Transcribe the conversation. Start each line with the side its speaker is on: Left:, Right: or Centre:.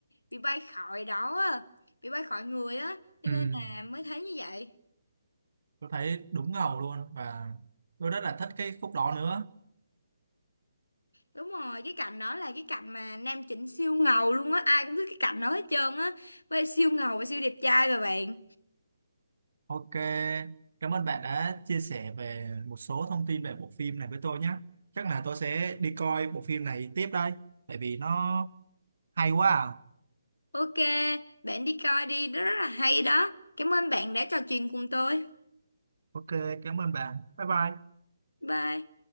Left: Bị bay khỏi đó á, Bị bay khỏi người á Cho
Right: ừ,
Left: nên là mới thấy như vậy
Right: tôi thấy đúng ngầu luôn và tôi rất là thích cái khúc đó nữa
Left: Đúng rồi cái cảnh đó là cái cảnh mà nam chính siêu ngầu luôn á Ai cũng biết cái cảnh đó hết trơn á Với siêu ngầu và siêu đẹp trai mà bạn
Right: Ok, cảm ơn bạn đã chia sẻ về một số thông tin về bộ phim này với tôi nhé. Chắc là tôi sẽ đi coi bộ phim này tiếp đây, tại vì nó hay quá à.
Left: Ok bạn đi coi đi Đó rất là hay đó Cảm ơn bạn đã trò chuyện cùng tôi
Right: Ok, cảm ơn bạn. Bye bye.
Left: Bye